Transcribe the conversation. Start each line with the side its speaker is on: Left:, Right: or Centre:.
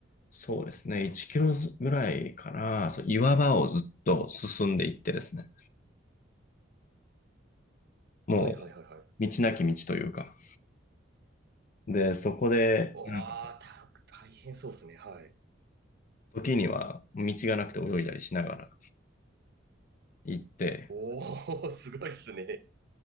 Left: そうですね、1キロぐらいから、そう岩場をずっと進んでいってですね、も
Right: はいはいはいはい。
Left: う道なき道というか、で、そこで、
Right: うわー、
Left: うん
Right: た、大変そうっすね。はい。
Left: 時には道がなくて泳いだりしながら行って、
Right: おー、<laughs> すごいっすね。